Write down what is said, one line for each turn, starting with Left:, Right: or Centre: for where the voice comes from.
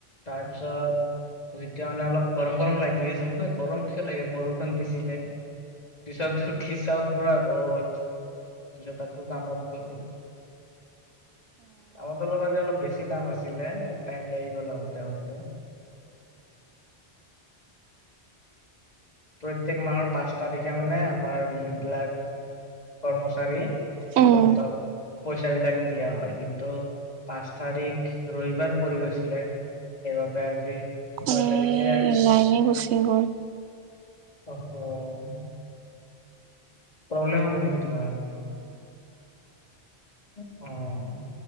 Left: তাৰপিছত যেতিয়া মানে অলপ গৰম গৰম লাগি আছে। মই গৰম কিয় লাগে বৰষুণ দিছিলে। পিছত উঠিছাও পুৰা ৰ'দ পিছত আকৌ কামত গলো। কামত অলপ আজি অলপ বেছি কাম আছিলে। টাইম লাগি গ'ল আহোতে আহোতে। প্ৰত্যেক মাহৰ পাঁচ তাৰিখে মানে আমাৰ যি বিলাক কৰ্মচাৰী। সিহঁতক।
Right: উম।
Left: পইচা বিলাক দিয়া হয়। কিন্তু পাঁচ তাৰিখ ৰবিবাৰ পৰি গৈছিলে। এইবাবে আজি। ছয়
Right: এ,
Left: তাৰিখে
Right: লাইনে গুচি গ'ল।
Left: অহ, হ প্ৰব্লেম হব, নেকি তোমাৰ। অ',